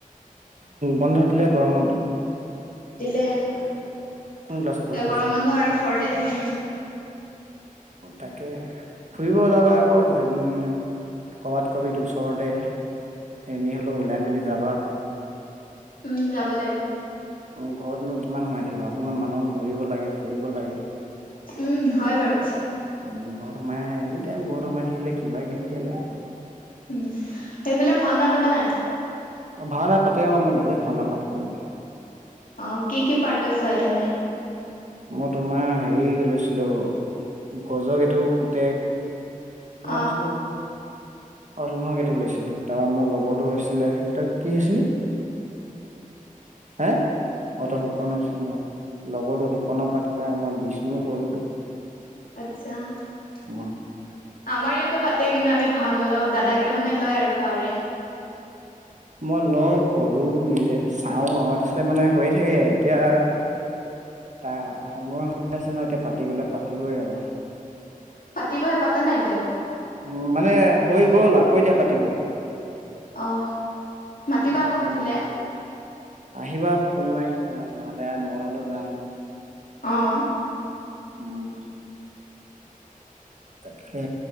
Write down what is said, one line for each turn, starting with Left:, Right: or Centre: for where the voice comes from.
Right: বন্ধ দিলে গৰম বন্ধ
Left: দিলে এতিয়া
Right: কোন ক্লাছত পঢ়ি
Left: গৰম
Right: আছা?
Left: বন্ধ আৰু ঘৰতে থাকিম
Right: তাকে ফুৰিব যাবা আকৌ উম কৰ'বাত কবিত ওচৰতে এনেই হলেও ওলাই মেলি যাবা
Left: উম যাব লাগিব
Right: উম ঘৰতনো কিমান সোমায় থাকিবা অকমান মানুহ ঘূৰিব লাগে ফুৰিব লাগে।
Left: উম হয় বাৰু
Right: উম, ঘৰত সোমাই এনি টাইম ঘৰত সোমাই থাকিলে কিবা কিবিহে লাগিব
Left: উম সেইফালে ভাওনা পাতা নাই
Right: অ ভাওনা পাতে অ মই নিজে ভাওনা পাঠ কৰো
Left: অ কি কি পাৰ লৈছ এতেনে
Right: মই তোমাৰ হেৰি লৈ ছিলো গজক এইটো পুতেক কি নাম
Left: অ
Right: আছিলে অ সিংহকেইটো লৈছিলো তাপা মোৰ লগৰটো হৈছিলে তই কি হৈছিলি হে অ তই শুৰ্কন হৈছিলি ন লগৰো শুকণ পাঠ কৰে মই বিষ্ণু কৰো।
Left: আত্ছা আমাৰ
Right: অ
Left: ইয়াত টো পাতে কিন্তু আমি ভাও নলও দাদা কেইটা মানে লয় আৰু গাঁৱৰে।
Right: মই ল কৰো নিজে চাও আমাৰ পিছতে মানে হৈয়ে থাকে এতিয়া ত সময় হৈ আছে ন এতিয়া পাতিবলে পাতিবই আৰু।
Left: পাতিবহে পাতা নাই এতিয়াও।
Right: উ মানে হৈ গল আকৌ এতিয়া পাতিব।
Left: অহ মাতিবা আকৌ
Right: উম
Left: পাতিলে।
Right: আহিবা ফোন মাৰিম তোমাক নহলে মই হলেও যাম।
Left: অহ।
Right: উম তাকে